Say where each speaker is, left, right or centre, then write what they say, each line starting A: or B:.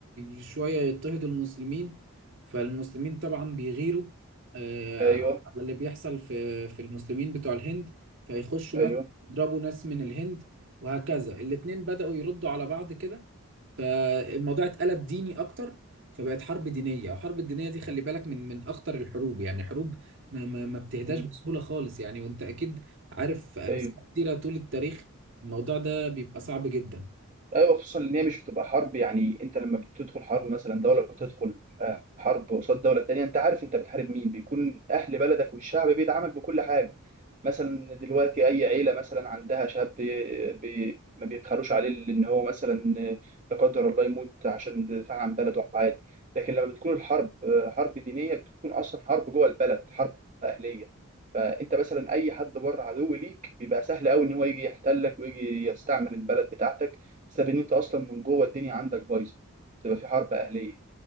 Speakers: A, on the right (about 55°); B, on the right (about 35°).
A: ي- شوية يضطهد المسلمين فالمسلمين طبعا بيغيروا آه،
B: ايوه
A: على اللي بيحصل في في المسلمين بتوع الهند فيخشوا
B: ايوه
A: مثلا يضربوا ناس من الهند وهكذا الاتنين بدأوا يردوا على بعض كده فالموضوع اتقلب ديني اكتر فبقت حرب دينيه وحرب الدينيه دي خلي بالك من من اخطر الحروب يعني حروب ما ما ما بتهداش
B: مم.
A: بسهوله خالص يعني وانت اكيد عارف امثله
B: ايوه
A: كتيره طول التاريخ الموضوع ده بيبقى صعب جدا
B: ايوه خصوصا ان هي مش بتبقى حرب يعني انت لما بتدخل حرب مثلا دوله بتدخل آه، حرب قصاد دوله تانية انت عارف انت بتحارب مين بيكون اهل بلدك والشعب بيدعمك بكل حاجه مثلا دلوقتي اي عيله مثلا عندها شاب بي بي ما بيبخلوش عليه لان هو مثلا آه، لا قدر الله يموت عشان دفاع عن بلده عادي لكن لما بتكون الحرب آه، حرب دينيه بتكون اصلا حرب جوه البلد حرب اهليه فانت مثلا اي حد بره عدو ليك بيبقى سهل قوي ان هو يجي يحتلك ويجي يستعمر البلد بتاعتك بسبب ان انت اصلا من جوه الدنيا عندك بايظه تبقى في حرب اهليه